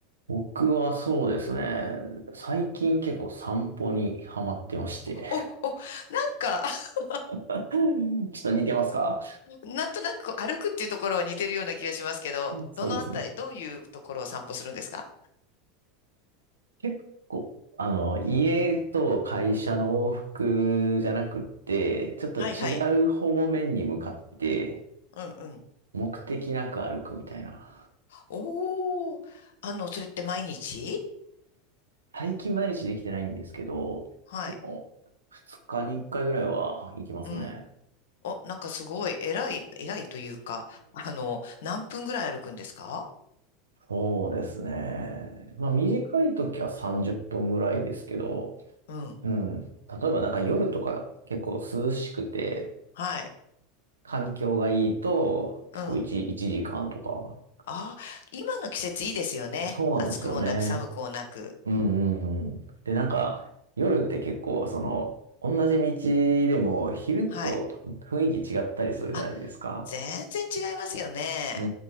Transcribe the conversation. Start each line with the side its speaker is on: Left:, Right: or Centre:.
Right: 僕はそうですね。最近結構散歩にハマってまして。
Left: お、お、お、なんか、<laughs>
Right: <laughs> ちょっと似てますか
Left: なんとなくこう歩くっていうところは似てるような気がしますけど、
Right: そうですね。
Left: どのあたり、どういうところを散歩するんですか
Right: 結構、あの、家と会社の往復じゃなくって、ちょっと違う方面に向かって、
Left: はいはい。うんうん。
Right: 目的なく歩くみたいな。
Left: おー。あの、それって毎日
Right: 最近毎日できてないんですけど、
Left: はい。
Right: でも、2日に1回ぐらいは行きますね。
Left: うん。お、なんかすごい、偉い、偉いというか、あの、何分ぐらい歩くんですか
Right: そうですね。まあ短い時は30分ぐらいですけど、
Left: うん。
Right: うん。例えばなんか夜とか結構涼しくて、
Left: はい。
Right: 環境がいいと、結構1、
Left: うん。
Right: 1時間とか。
Left: ああ、今の季節いいですよね。
Right: そうなんですよね。
Left: 暑くもなく寒くもなく。
Right: うんうんうん。で、なんか、夜って結構、その、同じ道でも、昼と雰囲気違ったりするじゃないですか。
Left: はい。あ、全然違いますよね。
Right: う